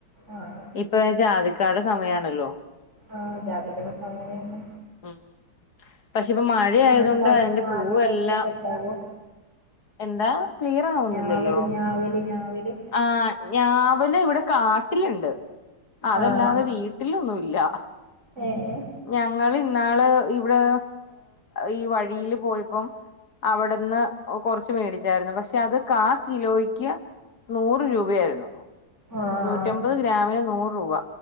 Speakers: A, on the right; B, on the left.
A: ആഹ്
B: ഇപ്പൊ ജാതിക്കാടെ സമയാണല്ലോ
A: ആഹ് ജാതിക്കടെ സമയാണ്
B: ഉം പക്ഷെ പ്പൊ മഴ
A: നിങ്ങക്കവിടെ
B: ആയതോണ്ട് അതിന്റെ
A: ഞാവല്
B: പൂവെല്ലാം
A: അങ്ങനെ കെട്ടാവോ?
B: എന്താ ക്ലിയർ ആവുന്നില്ലല്ലോ
A: ഞാവല് ഞാവല് ഞാവല്
B: ആ ഞാവല് ഇവിടെ കാട്ടില്ണ്ട് അതല്ലാതെ
A: ആഹ്
B: വീട്ടിലൊന്നുംല്ല
A: ഏഹ്
B: ഞങ്ങള് ഇന്നാള് ഇവ്ടെ ഈ വഴിയില് പോയപ്പം അവിടെന്ന് കൊറച്ച് മേടിച്ചായിരുന്നു പക്ഷെ അത് കാ കിലോയ്ക്ക് നൂറ് രൂപയായിരുന്നു
A: ആഹ്
B: റ്റമ്പത് ഗ്രാമിന് നൂറ് രൂപ